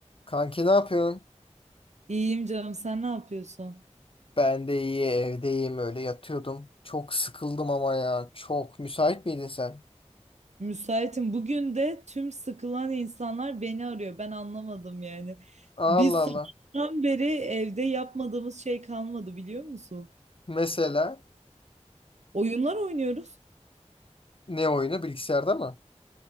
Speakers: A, on the left; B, on the right.
A: Kanki ne yapıyorsun?
B: İyiyim canım sen ne yapıyorsun?
A: Ben de iyi evdeyim öyle yatıyordum. Çok sıkıldım ama ya. Çok müsait miydin sen?
B: Müsaitim. Bugün de tüm sıkılan insanlar beni arıyor. Ben anlamadım yani.
A: Allah
B: Biz
A: Allah.
B: sabahtan beri evde yapmadığımız şey kalmadı biliyor musun?
A: Mesela
B: Oyunlar oynuyoruz.
A: ne oyunu bilgisayarda mı?